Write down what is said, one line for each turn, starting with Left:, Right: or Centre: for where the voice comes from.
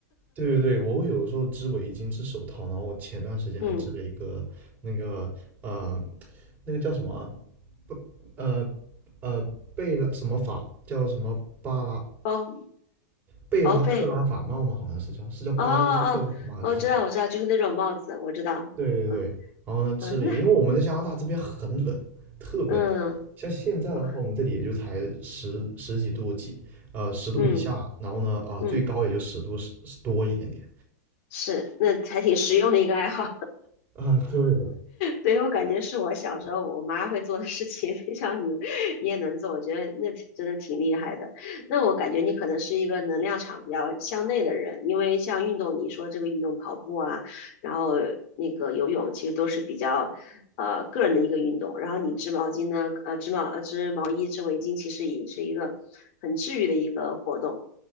Right: 对对对，我有的时候织围巾、织手套，然后前段时间还织了一个那个呃，
Left: 嗯，
Right: 那个叫什么啊不呃呃贝拉什么法叫什么巴拉
Left: 包
Right: 贝拉克拉法帽吗？
Left: 薄被，
Right: 好像是叫是叫巴拉克拉法帽还是叫？
Left: 哦哦哦，我知道，我知道，就是那种帽子，我知道。
Right: 对对对，
Left: 嗯
Right: 然后呢织了一个，
Left: 嗯，那
Right: 因为我们在加拿大这边很冷，特别冷。
Left: 嗯，
Right: 像现在的话，
Left: 哇，
Right: 我们这里也就才十十几度几呃十度以下，
Left: 嗯
Right: 然后呢啊、
Left: 嗯，
Right: 最高也就十度十多一点点
Left: 是，那还挺实用的一个爱好。
Right: <laughs> 啊、对的。
Left: 对，我感觉是我小时候我妈会做的事情，<laughs> 没想到你你也能做，我觉得那挺真的挺厉害的。那我感觉你可能是一个能量场比较向内的人，因为像运动，你说这个运动跑步啊，然后那个游泳，其实都是比较呃个人的一个运动。然后你织毛巾呢，呃织毛呃织毛衣、织围巾，其实也是一个很治愈的一个活动。